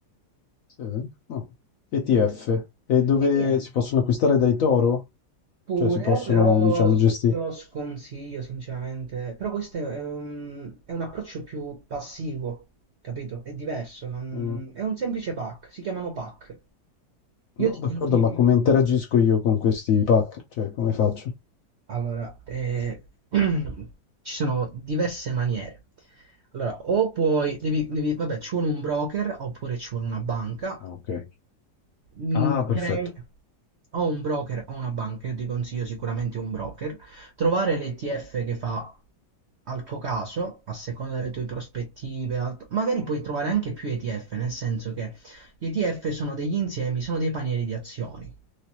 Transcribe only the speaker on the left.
sì? eh. Ah. ETF. E dove
si possono acquistare dai toro?
Cioè si possono,
diciamo,
gesti
mh,
no,
d'accordo,
ma come interagisco io con questi pack? Cioè come faccio?
Ah, okay.
Ah, perfetto.